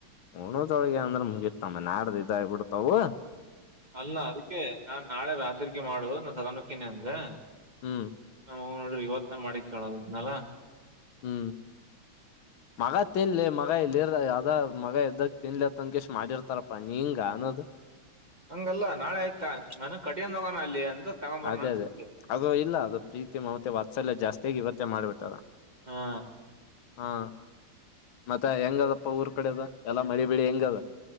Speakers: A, on the left; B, on the right.
A: ಹೂರ್ಣದ ಹೋಳಗೆ ಅಂದ್ರ ಮುಗಿತ ನಮಗ ನಾಡದ್ ಇದು ಆಗಬಿಡತ ಅವು
B: ಅಲ್ಲ ಅದಕ್ಕೆ ನಾನ್ ನಾಳೆ ರಾತ್ರಿಗೆ ಮಾಡು ನಾನ ತಗೊಂಡಹೊಕ್ಕನಿ ಅಂದೆ
A: ಹ್ಮ್
B: ನಮ್ಮಅವ್ವ ನೋಡಿದರ ಇವತ್ತ ಮಾಡಿ ಇಟ್ಟದಳ ಎಲ್ಲಾ
A: ಹೂ ಮಗ ತಿನ್ಲಿ ಮಗ ಇಲ್ಲಿರ್ ಯಾವ್ದ ಮಗ ಎದ್ದಕ್ ತಿನ್ಲಿ ಅತ್ ಅನ್ಕಷ್ಟ ಮಾಡಿರ್ತಾರಪ್ಪಾ ನೀಂಗ ಜಾನೋದು?
B: ಹಂಗಲ್ಲಾ ನಾಳೆ ಆಯ್ತಾ ನಾನ್ ಕಠಿಣ ಹೋಗೋಣ ಅಲ್ಲಿ ಅಂತ ತಗೊಂಬರೋಣ
A: ಅದೇ
B: ಅಂತಿದ್ದೆ
A: ಅದೇ ಅದು ಇಲ್ಲ ಅದು ಪ್ರೀತಿ ಮತ್ತೆ ವಾತ್ಸಲ್ಯ ಜಾಸ್ತಿಯಾಗಿ ಇವತ್ತೇ ಮಾಡ್ಬಿಟ್ಟಾರ
B: ಹಾ
A: ಹಾ ಮತ್ತೆ ಹೆಂಗದಪ್ಪ ಊರ್ ಕಡೆ ಅದ ಎಲ್ಲ ಮಳಿ ಬೆಳಿ ಹೆಂಗದ